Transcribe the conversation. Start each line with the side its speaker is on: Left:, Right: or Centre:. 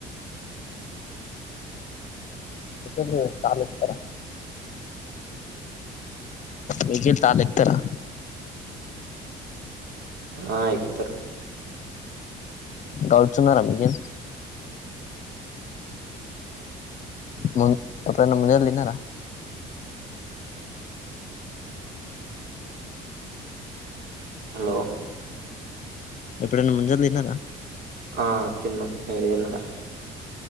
Left: నికిల్ కార్ల ఎక్కుతడా నికిల్ కార్ల ఎక్కుతడా
Right: ఆ ఎక్కుతరు
Left: గౌడ్స్ ఉన్నారా మీకేలి మున్ ఎప్పుడున్న ముంజల్ దిన్నరా
Right: హలో
Left: ఎప్పుడన్న ముంజలు తిన్నరా
Right: ఆ తిన్నం మీర్ దిన్నరా